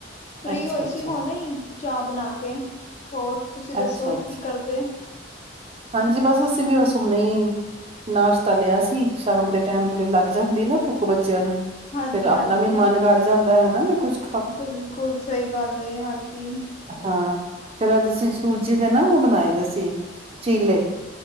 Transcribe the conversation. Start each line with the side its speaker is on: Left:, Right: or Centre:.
Left: ਫਰੀ
Right: ਅੱਛਾ
Left: ਹੋਈ
Right: ਅੱਛਾ
Left: ਸੀ ਹੁਣੇ ਈ। ਚਾਹ ਬਣਾ ਕੇ ਹੋਰ ਤੁਸੀਂ
Right: ਅੱਛਾ-ਅੱਛਾ
Left: ਦੱਸੋ ਕੀ ਕਰਦੇ?
Right: ਹਾਂਜੀ ਬਸ ਅਸੀਂ ਵੀ ਬਸ ਹੁਣੇ ਈ ਨਾਸ਼ਤਾ ਲਿਆ ਸੀ ਸ਼ਾਮ ਦੇ ਟਾਈਮ ਥੋੜੀ ਲੱਗ ਜਾਂਦੀ ਨਾ ਭੁੱਖ ਬੱਚਿਆਂ ਨੂੰ
Left: ਹਾਂਜੀ-ਹਾਂਜੀ।
Right: ਫਿਰ ਆਪਣਾ ਵੀ ਮਨ ਕਰ ਜਾਂਦਾ ਹੈਨਾ ਵੀ ਕੁਛ
Left: ਬਿਲਕੁਲ ਸਈ ਗੱਲ ਏ ਹਾਂਜੀ।
Right: ਹਾਂ ਫਿਰ ਅੱਜ ਅਸੀਂ ਸੂਜੀ ਦੇ ਨਾ ਓ ਬਣਾਏ ਦੇ ਸੀ ਚੀਲੇ